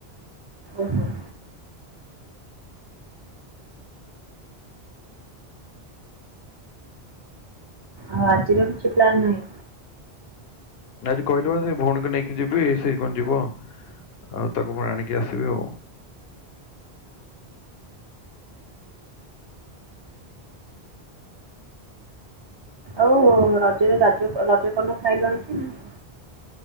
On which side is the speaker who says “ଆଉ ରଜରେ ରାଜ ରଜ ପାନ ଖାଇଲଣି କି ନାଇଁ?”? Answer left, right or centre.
Right